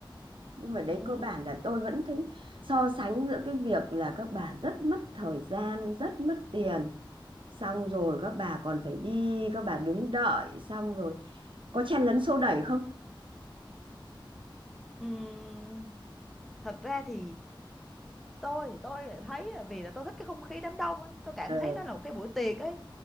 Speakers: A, on the right (about 75°); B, in the centre.
A: nhưng mà đấy
B: ừ.
A: cơ bản là tôi vẫn thấy so sánh giữa cái việc là các bà rất mất thời gian rất mất tiền xong rồi các bà còn phải đi các bà đứng đợi xong rồi có chen lấn xô đẩy không
B: Ừm, thật ra thì tôi thì tôi lại thấy là vì là tôi thích cái không khí đám đông ấy tôi cảm
A: ờ
B: thấy nó là một cái buổi tiệc ấy